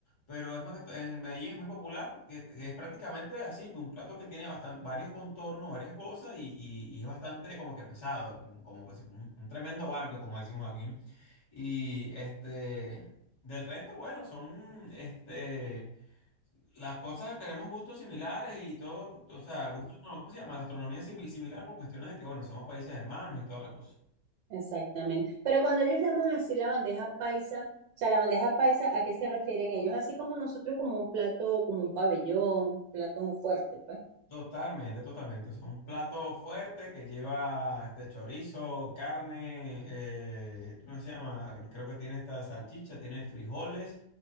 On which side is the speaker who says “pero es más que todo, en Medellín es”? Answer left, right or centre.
Left